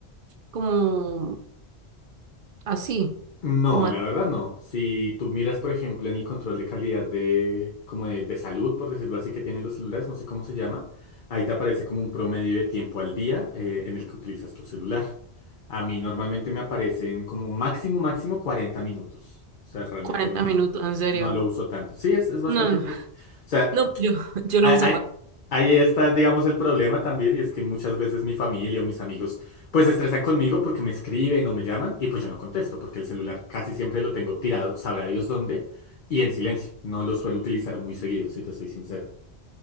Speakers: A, on the right; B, on the left.
A: como así,
B: no,
A: como
B: la
A: a
B: verdad no. Si tú miras, por ejemplo, en el control de calidad de, como de, de salud, por decirlo así, que tienen los celulares, no sé cómo se llama, ahí te aparece como un promedio de tiempo al día eh, en el que utilizas tu celular. A mí normalmente me aparecen como máximo, máximo 40 minutos. O sea, realmente
A: 40
B: no,
A: minutos, en serio.
B: no lo uso tanto. Sí, es, es bastante
A: No, no,
B: poco. O sea,
A: no, yo, <laughs> yo
B: Ah,
A: lo uso
B: ah,
A: más.
B: Ahí está, digamos, el problema también, y es que muchas veces mi familia o mis amigos pues se estresan conmigo porque me escriben o me llaman y pues yo no contesto porque el celular casi siempre lo tengo tirado, sabrá Dios dónde, y en silencio. No lo suelo utilizar muy seguido, si te soy sincero.